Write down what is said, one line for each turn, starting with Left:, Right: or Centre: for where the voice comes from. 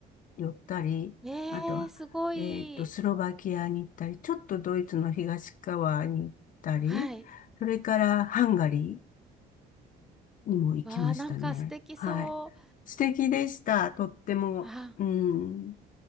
Left: 寄ったり、
Centre: え
Left: あとは、
Centre: ー、すごい。
Left: えっと、スロバキアに行ったり、ちょっとドイツの東側に行ったり、
Centre: はい。
Left: それからハンガリー、にも行きましたね。
Centre: わあ、なんか素敵そう。
Left: はい。素敵でした。とっても。
Centre: あ、
Left: うん。